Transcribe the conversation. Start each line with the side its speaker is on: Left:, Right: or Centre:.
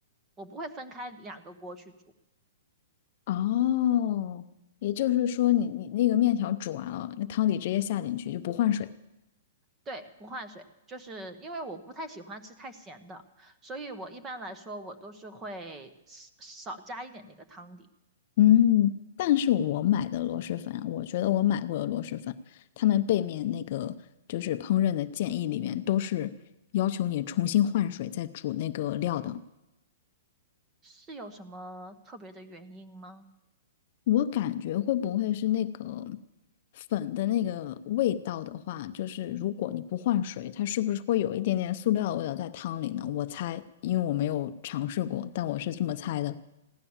Right: 我不会分开两个锅去煮。
Left: 哦，也就是说你，你那个面条煮完了，那汤底直接下进去就不换水。
Right: 对，不换水，就是因为我不太喜欢吃太咸的，所以我一般来说我都是会少少加一点那个汤底。
Left: 嗯，但是我买的螺蛳粉啊，我觉得我买过的螺蛳粉，他们背面那个就是烹饪的建议里面都是要求你重新换水再煮那个料的。
Right: 是有什么特别的原因吗？
Left: 我感觉会不会是那个粉的那个味道的话，就是如果你不换水，它是不是会有一点点塑料的味道在汤里呢？我猜，因为我没有尝试过，但我是这么猜的。